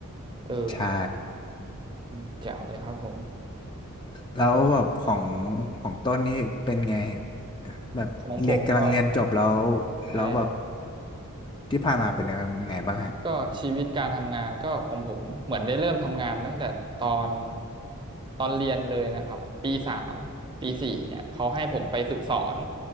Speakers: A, on the right (about 20°); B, on the left (about 20°).
A: เออ
B: ใช่
A: อืมแจ๋วเลยครับผม
B: แล้วแบบของของต้นนี่เป็นไงแบบเรียนกำลังเรียนจบแล้ว
A: ของผมก็ใช่ครับ
B: แล้วแบบที่ผ่านมาเป็นยังไงบ้างฮะ
A: ก็ชีวิตการทำงานก็ของผมเหมือนได้เริ่มทำงานตั้งแต่ตอนตอนเรียนเลยนะครับปีสามปีสี่เนี่ยเขาให้ผมไปฝึกสอน